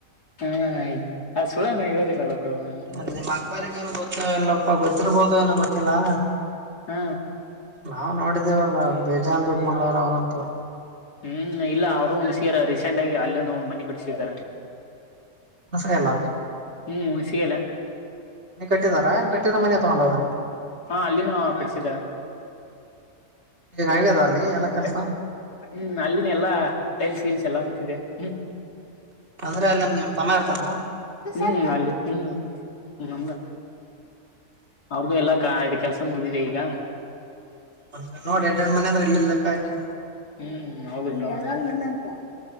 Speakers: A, on the left (about 80°); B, on the right (about 45°).
A: ಹಾ ಆಯ್ತ್ ಹಾಯ ಸುಳ್ಳನು ಹೇಳದಿಲ್ಲಲ್ಲ ಬ್ರೊ ನೀವು.
B: <unintelligible> ನಿಮ್ಮ ಕಾರಿಗೇನು ಗೊತ್ತ ಇಲ್ಲಪ್ಪ ಗೊತ್ತಿರ್ಬೋದು ಏನೋ ಗೊತ್ತಿಲ್ಲಾ
A: ಹ್ಮ
B: ನಾವು ನೋಡಿದೇವಲ್ಲಾ ಬೇಜಾನ್ ದುಡ್ಡ ಮಾಡೋರೆ ಅವ್ರಂತೂ.
A: ಹ್ಮ್ ಇಲ್ಲ ಅವರು ಹುಣಸಗೆರೆವ್ರು ರೀಸೆಂಟಾಂಗಿ ಅಲ್ಲಿ ಒಂದು ಮನಿ ಕಟ್ಟಸಿದ್ದಾರೆ.
B: ಹೊಸ ಎಲ್ಲ
A: ಹ್ಮ್ ಹುಣಸಿಗೇರಿ.
B: ಮನೀ ಕಟ್ಟಿದಾರಾ ಕಟ್ಟಿರ ಮನೆ ತಗೊಂಡಾರ್?
A: ಹಾ ಅಲ್ಲಿನೂ ಕಟ್ಸದಾ.
B: ಈಗ ಆಗ್ಯದ ಅಲ್ಲಿ ಎಲ್ಲಾ ಕೆಲ್ಸ
A: <unintelligible> ಹ್ಮ್ ಅಲ್ಲಿನ ಎಲ್ಲಾ ಟೈಲ್ಸ್ ಗಿಲ್ಸ್ ಎಲ್ಲಾ ಮುಗಿಸಿದೆ ಹ್ಮ್
B: ಅಂದ್ರೆ ಅಲ್ಲಿಂದ ನಿಮ್ ತಮ್ಮಾ ಇರ್ತಾನ?
A: ಹ್ಮ್ ಅಲ್ಲಿ ಹಂ ನಮ್ದಲ್ಲ ಅವ್ರದ್ದು ಎಲ್ಲಾ ಕ ಇ ಕೆಲ್ಸ ಮುಗದಿದೆ ಈಗ
B: ಮತ್ತೆ ನೋಡಿ ಯಾಡ್ ಯಾಡ್ ಮನೆ ಅಂದ್ರೆ ಇಲ್ಲೇ ಲೆಕ್ಕಾ ಹಾಕಿ.
A: ಹ್ಮ್ ಹೌದು ಬ್ರೋ <unintelligible>